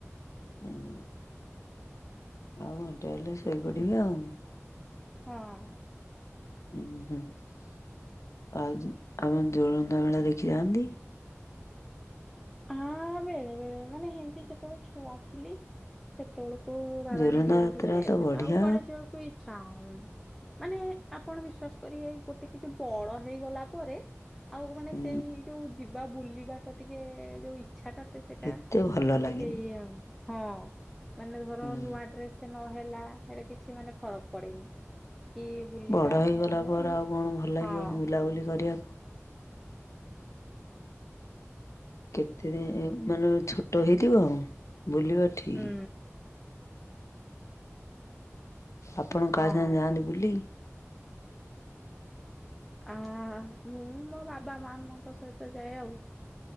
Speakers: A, on the left; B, in the centre.
A: ହୁଁ ଆଉ ଘଣ୍ଟେ ହେଲେ ଶୋଇପଡିବି ଆଉ।
B: ହଁ।
A: ହୁଁଁ ହୁଁ ଆଉ ଯୋ ଆମ ଜୋଳନ୍ଦା ମେଳା ଦେଖି ଯାଆନ୍ତି?
B: ହଁ ହଁ ବେଳେ ବେଳେ ମାନେ ହେମତି ଯେତବଳେ ଛୁଆ ଥିଲି ସେତବଳେ। ଓ ହୋ ବାବା
A: ଜୋରନ୍ଦା
B: ନେଇକି ଯାଉଥିଲେ
A: ଯାତ୍ରା
B: ଏବେ
A: ବଢିଆ
B: ତ ଆଉ କୁଆଡେ ଯିବାକୁ ଇ ଚ୍ଛା ମାନେ ଆପଣ ବିଶ୍ୱାସ କରିବେ ଗୋଟେ କିଛି ବଳ ହେଇଗଲା ପରେ ଆଉ ମାନେ
A: ହୁଁ
B: ସେଇ ଯୋଉ ଯିବା ବୁଲିବା ତ ଟିକେ ଯୋଉ ଇଚ୍ଛା ଟା ଟି ସେଇଟା
A: ଏତେ ଭଲ
B: ଆ
A: ଲାଗେନି
B: ଟିକେ ଇଏ ଆଉ। ହଁ ମାନେ ଧର
A: ହୁଁ।
B: ନୂଆ ଡ୍ରେସ୍ ନହେଲା ଏଇଟା କିଛି ମାନେ ଫରକ ପଡେନି। କି ବୁଲିବା
A: ବଡ ହେଇଗଲା
B: ନହେଲ ନାଇଁ
A: ପରେ ଆଉ କଣ ଭଲ ଲାଗିବ
B: ହଁ।
A: ବୁଲାବୁଲି କରିବାକୁ। କେତେ ଦେ ମାନେ ଛୋଟ ହେଇଥିବ ବୁଲିବ ଠିକ୍।
B: ହୁଁ
A: ଆପଣ
B: ହଁ।
A: କାହା ସାଙ୍ଗେ ଯାଆନ୍ତି ବୁଲି।
B: ଆ ମୁଁ ମୋ ବାବା ମାମଙ୍କ ସହିତ ଯାଏ ଆଉ।